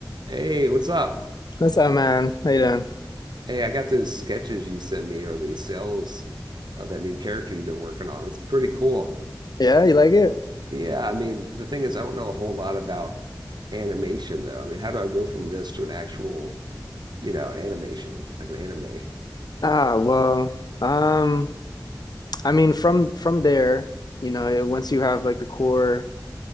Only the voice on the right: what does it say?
Hey, what's up?
Hey, I got those sketches you sent me or the sales of that new character you've been working on. That's pretty cool.
Yeah, I mean, the thing is, I don't know a whole lot about animation though. I mean, how do I go from this to an actual, you know, an animation, like an anime?